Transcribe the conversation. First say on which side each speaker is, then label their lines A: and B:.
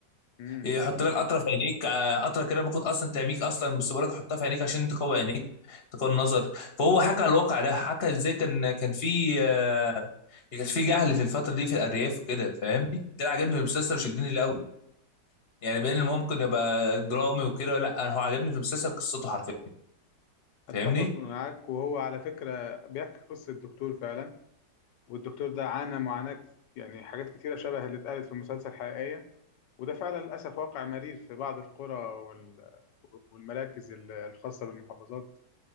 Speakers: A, on the left; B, on the left.
A: امم
B: يحط لك قطره في عينيك آه، قطره كده ممكن اصلا تعميك اصلا بس بيقول لك حطها في عينيك عشان تقوي عينيك تقوي النظر فهو حكى على الواقع ده حكى ازاي كان كان في آه، كان في جهل في الفتره دي في الارياف وكده فاهمني ده اللي عجبني في المسلسل شدني ليه قوي يعني بين ان هو ممكن يبقى درامي وكده لا انا هو عجبني في المسلسل قصته حرفيا فاهمني
A: اتفق معاك وهو على فكره بيحكي قصه الدكتور فعلا والدكتور ده عانى معاناه يعني حاجات كتيره شبه اللي اتقالت في المسلسل حقيقيه وده فعلا للاسف واقع مرير في بعض القرى وال- والمراكز ال- الخاصه بالمحافظات